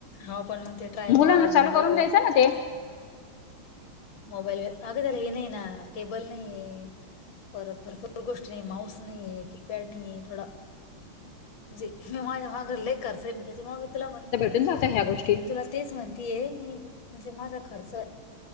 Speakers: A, on the left; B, on the left.
A: हो पण मग ते ट्राय
B: मुलांना
A: परवड
B: चालू
A: मोबाईल
B: करून
A: व्यवस्थित
B: द्यायचं <unintelligible>
A: मोबाईल वर अगं त्याला हे नाही ना टेबल नाही परत भरपूर- भरपूर गोष्टी नाही, माऊस नाही आहेे, कीपॅड नाही थोडा म्हणजे ना माझा- मागुन लै खर्च त्याच मग मी तुला म-
B: जात ह्या गोष्टी-
A: मी तुला तेच म्हणतीये मी म्हणजे माझा खर्च-